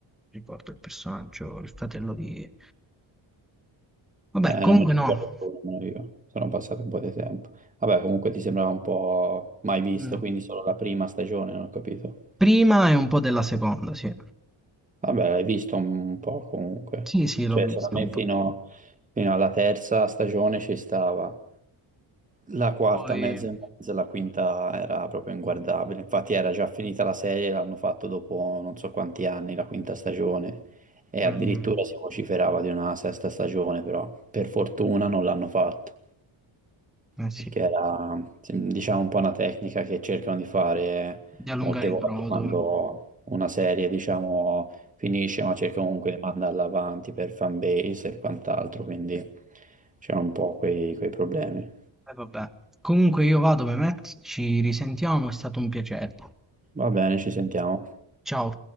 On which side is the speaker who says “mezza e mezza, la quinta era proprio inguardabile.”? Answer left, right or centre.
Right